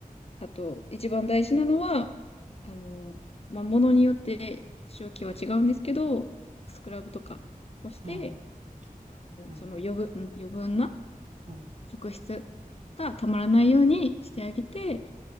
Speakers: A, on the left; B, on the right.
A: あと一番大事なのは、あの、まあ、ものによって使用期は違うんですけど、スクラブとかをして、
B: あ
A: あのその余分、
B: あ、はい。
A: ん余分な
B: はい。
A: 角質がたまらないようにしてあげて、